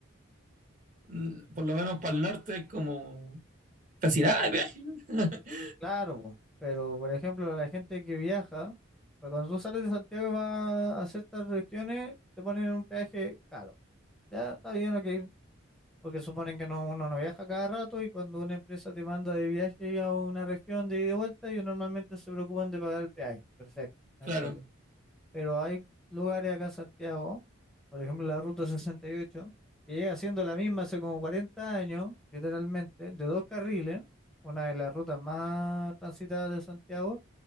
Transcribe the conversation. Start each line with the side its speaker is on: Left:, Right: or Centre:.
Right: mm, por lo menos para el norte es como casi nada de peaje. <laughs>
Centre: Claro, po, pero por ejemplo, la gente que viaja, pues cuando tú sales de Santiago y vas a ciertas regiones, te ponen un peaje caro. Ya está bien, ok, porque suponen que no, uno no viaja cada rato y cuando una empresa te manda de viaje a una región de ida y de vuelta, ellos normalmente se preocupan de pagar el peaje. Perfecto, no
Right: Claro,
Centre: hay problema. Pero hay lugares acá en Santiago, por ejemplo la Ruta sesenta y ocho que llega siendo la misma hace como 40 años, literalmente, de dos carriles, una de las rutas más transitadas de Santiago,